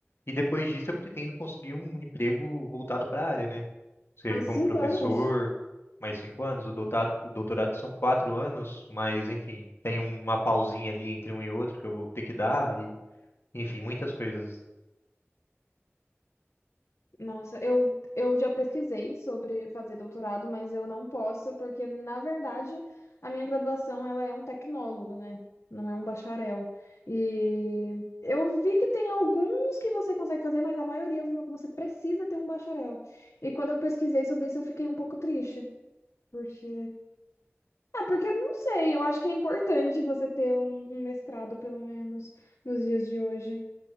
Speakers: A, on the left; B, on the left.
A: E depois disso eu pretendo conseguir um emprego voltado para a área, né? Seja
B: Mais
A: como
B: cinco
A: professor,
B: anos?
A: mais cinco anos, o doutorado, o doutorado são quatro anos, mas enfim, tem uma pausinha ali entre um e outro que eu vou ter que dar, e enfim, muitas coisas.
B: Nossa, eu, eu já pesquisei sobre fazer doutorado, mas eu não posso, porque, na verdade, a minha graduação ela é um tecnólogo, né? Não é um bacharel. E eu vi que tem alguns que você consegue fazer, mas a maioria vo- você precisa ter um bacharel. E quando eu pesquisei sobre isso, eu fiquei um pouco triste, porque... Ah, porque eu não sei, eu acho que é importante você ter um, um mestrado, pelo menos, nos dias de hoje.